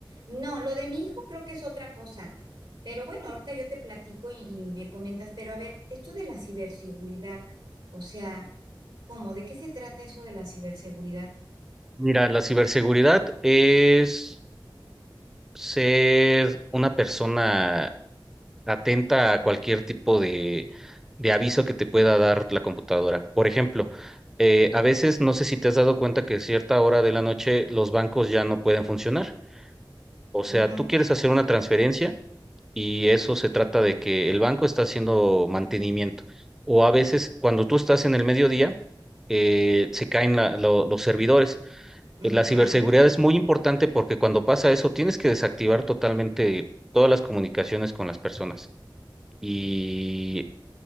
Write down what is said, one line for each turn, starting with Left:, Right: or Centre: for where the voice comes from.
Right: No, lo de mi hijo creo que es otra cosa. Pero bueno, ahorita yo te platico y, y me comentas. Pero a ver, esto de la ciberseguridad, o sea, ¿cómo? ¿De qué se trata eso de la ciberseguridad?
Centre: Mira, la ciberseguridad es ser una persona atenta a cualquier tipo de, de aviso que te pueda dar la computadora. Por ejemplo, eh, a veces no sé si te has dado cuenta que a cierta hora de la noche los bancos ya no pueden funcionar. O sea,
Right: Ujú,
Centre: tú quieres hacer una transferencia y eso se trata de que el banco está haciendo mantenimiento. O a veces cuando tú estás en el mediodía, eh, se caen la- lo- los servidores.
Right: ujú.
Centre: Eh, La ciberseguridad es muy importante porque cuando pasa eso tienes que desactivar totalmente todas las comunicaciones con las personas. Y